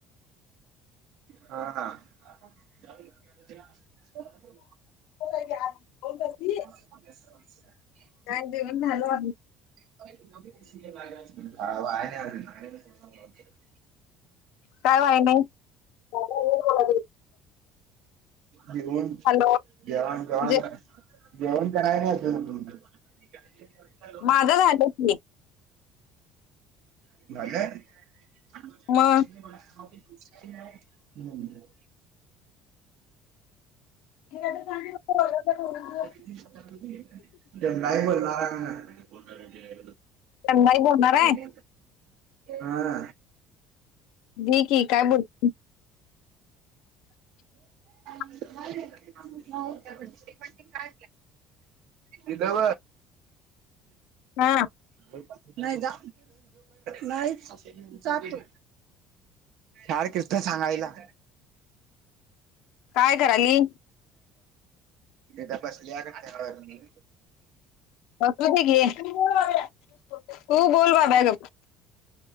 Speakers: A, on the right; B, on the left.
A: ह हा, हा ह
B: हो काय ग बोल कर ती
A: <unintelligible>
B: काय देऊन झालं आ
A: व्हाया नाय अजून
B: काय वाय नाही
A: घेऊन
B: हॅलो
A: जेवाण
B: जे
A: जेवण कराय नाय अजून ह
B: माझं झालं की
A: झाय
B: मग हे
A: ते काय बोलणार हाय
B: संध्याकाळी बोलणार आहे
A: म्हण हा
B: दे की काय बोलत <unintelligible>
A: ण पण ते का दिलं
B: हा
A: बघ नाही जा नाहीच जा तू चार कसत सांगायला
B: काय कराली
A: दा बसली का खेळायली
B: बसूध ग तू बोलोलवा बगप